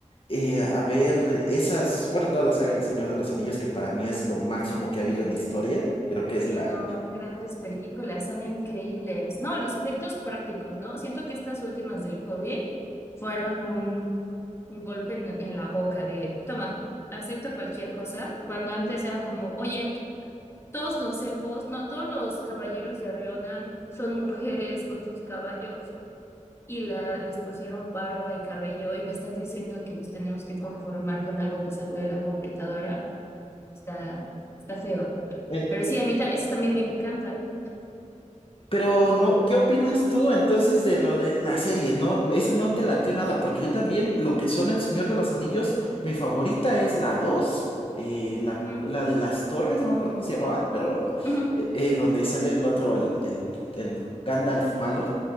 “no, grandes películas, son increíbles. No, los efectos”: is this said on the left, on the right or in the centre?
Left